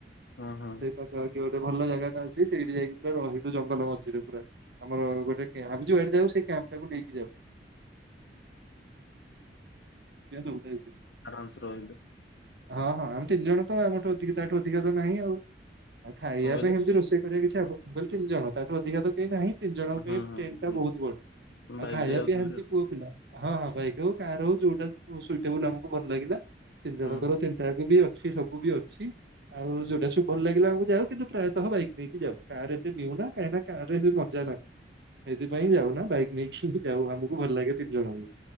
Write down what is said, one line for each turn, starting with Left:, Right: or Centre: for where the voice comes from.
Left: ହଁ ହଁ।
Right: ସେଠି ଗୋଟେ ଭଲ ଜାଗାଟା ଅଛି ସେଇଠି ଯାଇକି ପୁରା ରହୁ ଜଙ୍ଗଲ ମଝିରେ ପୁରା ଆମର ଗୋଟେ କେ ଯୋଉଆଡେ ଯାଉ ସେ କ୍ୟାମ୍ପ ଟାକୁ ନେଇକି ଯାଉ। <unintelligible>
Left: ବାସ୍ ରହିଲୁ।
Right: ହଁ ହଁ ଆମେ ତିନି ଜଣ ତ ଆମଠୁ ଅଧିକ ତାଠୁ ଅଧିକା ତ ନାହିଁ ଆଉ। ଆଉ ଖାଇବା
Left: କଣ କହିଲେ?
Right: ପାଇଁ ହେମିତି ରୋଷେଇ କରିବା କିଛି ଆବ ବୋଲି ତିନି ଜଣ ତାଠୁ ଅଧିକା ତ କେହି ନାହିଁ। ତିନି ଜଣଙ୍କ
Left: ହୁଁ
Right: ପାଇଁ ଟେଣ୍ଟ ଟା ବହୁତ ବଡ
Left: ହୁଁ
Right: ଆଉ
Left: ବାଇକ
Right: ଖାଇବା
Left: ରେ ଯାଉଥିବେ
Right: ପି ଏମିତି
Left: ଭାରି
Right: ପୁଅ ପିଲା। ହଁ ହଁ ବାଇକ୍ ହଉ କାର ହଉ ଯୋଉଟା ସୁଟେବୁଲ ଆମକୁ ଭଲ ଲାଗିଲା ତିନି
Left: ଆଉ
Right: ଜଣଙ୍କର
Left: ହୁଁ
Right: ତିନିଟାକୁ ବି ଅ ଛି ସବୁ ବି ଅଛି ଆଉ ଯୋଉଟା ସବୁ ଭଲ ଲାଗିଲା ଆମକୁ ଯାଉ କିନ୍ତୁ ପ୍ରାୟତଃ ବାଇକ ନେଇକି ଯାଉ କାର ଏତେ ନିଉନା କାହିଁକି ନା କାରରେ ମଜା ନାହିଁ ସେଇଥିପାଇଁ ଯାଉା ବାଇ ନେଇକି ଯାଉ ଆମକୁ ଭଲ ଲାଗେ ତିନି ଜଣଙ୍କୁ।